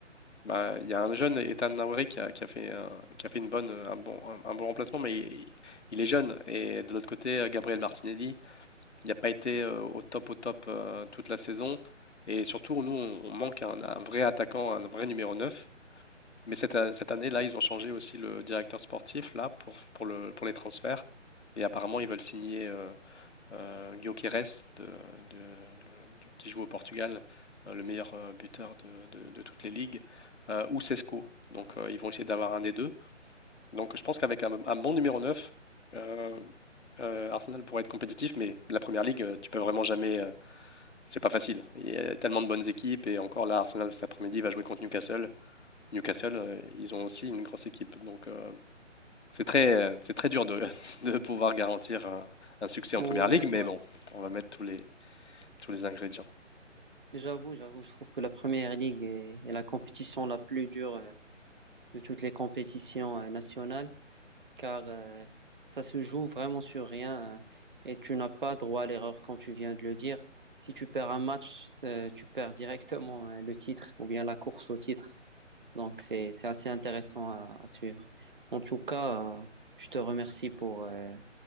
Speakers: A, on the left; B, on the right.
A: bah, il y a un jeune, Ethan Nwauri, qui a, qui a fait, un- qui a fait une bonne, euh, un bon, un, un bon remplacement, mais il, il est jeune. Et de l'autre côté, euh, Gabriel Martinelli, il n'a pas été euh, au top, au top euh, toute la saison. Et surtout, nous, on, on manque un, un vrai attaquant, un vrai numéro 9. Mais cette, an- cette année-là, ils ont changé aussi le directeur sportif là, pour, pour, le, pour les transferts. Et apparemment, ils veulent signer euh, euh, Guioqueres de, de, de- qui joue au Portugal, euh, le meilleur euh, buteur de, de- de toutes les ligues, euh, ou Sesco. Donc euh, ils vont essayer d'avoir un des deux. Donc je pense qu'avec un, un bon numéro 9, euh, euh, Arsenal pourrait être compétitif, mais la première ligue, euh, tu peux vraiment jamais. euh, c'est pas facile. Il y a tellement de bonnes équipes, et encore là, Arsenal cet après-midi va jouer contre Newcastle. Newcastle, euh, ils ont aussi une grosse équipe. Donc euh, c'est très, euh, c'est très dur de, <laughs> de pouvoir garantir un, un succès
B: Ouais,
A: en première ligue,
B: ouais.
A: mais bon, on va mettre tous les, tous les ingrédients.
B: J'avoue, j'avoue, je trouve que la première ligue est, est la compétition la plus dure euh, de toutes les compétitions euh, nationales, car euh, ça se joue vraiment sur rien euh, et tu n'as pas droit à l'erreur comme tu viens de le dire. Si tu perds un match, c'est- tu perds directement euh, le titre ou bien la course au titre. Donc c'est c'est assez intéressant à, à suivre. En tout cas, euh, je te remercie pour, euh,